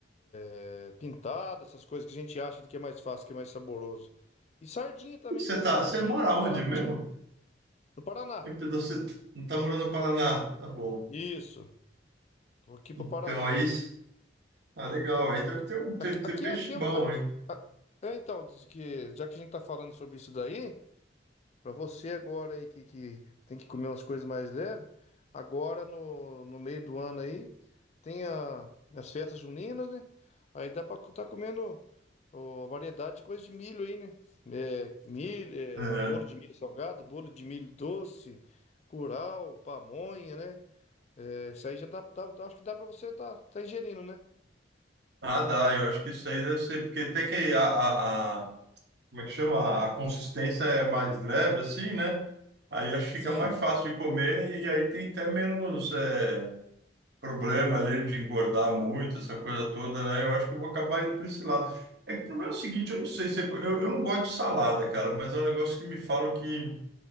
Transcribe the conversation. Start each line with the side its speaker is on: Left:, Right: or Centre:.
Left: é, pintada, essas coisas que a gente acha que é mais fácil, que é mais saboroso. E sardinha também
Right: Você
Left: tem a
Right: tá,
Left: sardinha
Right: você mora
Left: aqui
Right: onde
Left: na latim,
Right: mesmo?
Left: no Paraná.
Right: Ei, Pedro, você não tá morando no Paraná? Tá bom.
Left: Isso, tô aqui pro
Right: Então
Left: Paraná.
Right: aí. Ah, legal. Aí deve ter um ter,
Left: Aqui, aqui,
Right: ter peixe
Left: aqui,
Right: bom,
Left: aqui-
Right: hein?
Left: a- é, então, diz que, já que a gente tá falando sobre isso daí, para você agora aí que, que tem que comer umas coisas mais leves, agora no, no meio do ano aí, tem a- as festas juninas, né? Aí dá para tá comendo ó, variedade de coisa de milho aí, né? É, milho, é,
Right: É.
Left: bolo de milho salgado, bolo de milho doce, curau, pamonha, né? É, isso aí já dá, dá- acho que dá para você tá, tá ingerindo, né?
Right: Ah, dá. Eu acho que isso aí deve ser, porque tem que a, a, a- como é que chama? A consistência é mais leve, assim, né? Aí acho que
Left: Sim.
Right: fica mais fácil de comer e aí tem até menos é, problema ali de engordar muito, essa coisa toda, né? Eu acho que eu vou acabar indo para esse lado. É que o problema é o seguinte, eu não sei se é- eu, eu não gosto de salada, cara, mas é um negócio que me falam que